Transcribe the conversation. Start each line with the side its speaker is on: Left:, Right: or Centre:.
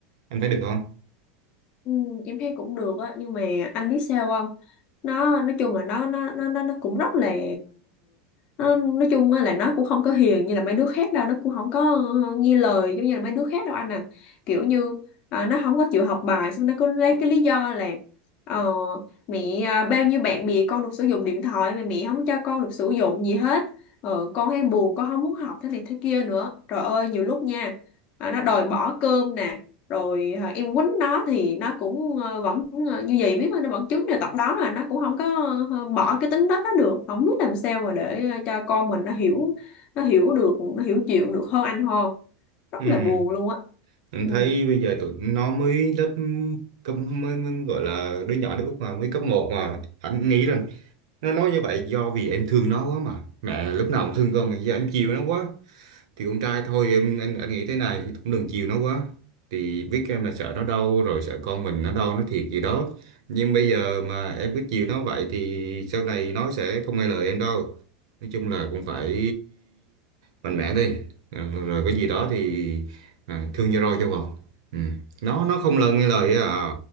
Right: em thấy được không
Left: Ừ, em thấy cũng được á nhưng mà anh biết sao không nó nói chung là nó nó nó nó nó cũng rất là ờ, nó, nói chung á là nó cũng không có hiền như là mấy đứa khác đâu nó cũng không có ờ, nghe lời giống như là mấy đứa khác đâu anh à kiểu như ờ, nó không có chịu học bài xong nó cứ lấy cái lý do là ờ, mẹ ờ, bao nhiêu bạn bè con được sử dụng điện thoại mà mẹ không cho con được sử dụng gì hết ờ, con hay buồn con không muốn học thế này thế kia nữa trời ơi nhiều lúc nha ờ, nó đòi bỏ cơm nè rồi à, em quýnh nó thì nó cũng ờ, vẫn ờ, như vậy biết thôi, nó vẫn chứng là tật đó là nó cũng không có ờ, bỏ cái tính đất đó được không biết làm sao mà để ờ, cho con mình nó hiểu nó hiểu được nó hiểu chuyện được hơn anh hơn rất
Right: ừ
Left: là buồn luôn á
Right: em
Left: ừ.
Right: thấy bây giờ tụi nó mới lớp cấp mới, mới gọi là đứa nhỏ nước mà mới cấp một mà anh nghĩ rằng nó nói như vậy do vì em thương nó quá mà mẹ lúc nào cũng thương con mà giờ em chiều nó quá thì con trai thôi em anh, anh nghĩ thế này cũng đừng chiều nó quá thì biết em là sợ nó đau rồi sợ con mình nó đau nó thiệt gì đó nhưng bây giờ mà em cứ chiều nó vậy thì sau này nó sẽ không nghe lời em đâu nói chung là cũng phải mạnh mẽ đi À, rồi cái gì đó thì à, thương cho roi cho vọt ừ. nó nó không lời nghe lời á à.